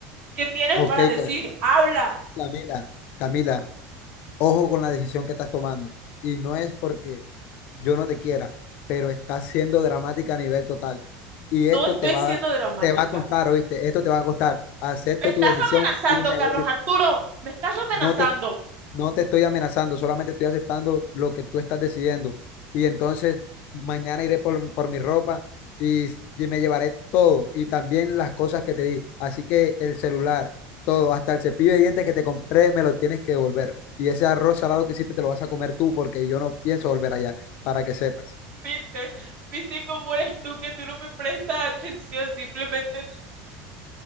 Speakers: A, on the right; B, on the left.
A: ¿Qué tienes
B: Ok,
A: para decir?
B: Ca-
A: Habla,
B: Camila, Camila, ojo con la decisión que estás tomando. Y no es porque yo no te quiera, pero estás siendo dramática a nivel total. Y
A: no
B: esto
A: estoy
B: te va,
A: siendo dramática.
B: te va a costar, ¿oíste? Esto te va a costar. Acepto
A: Me estás
B: tu decisión
A: amenazando,
B: y me
A: Carlos
B: voy.
A: Arturo, me estás amenazando.
B: No te, no te estoy amenazando, solamente estoy aceptando lo que tú estás decidiendo. Y entonces mañana iré por, por mi ropa y, y me llevaré todo y también las cosas que te di. Así que el celular, todo, hasta el cepillo de dientes que te compré, me lo tienes que devolver. Y ese arroz salado que hiciste te lo vas a comer tú porque yo no pienso volver allá, para que sepas.
A: Viste, viste cómo eres tú, que tú no me prestas atención, simplemente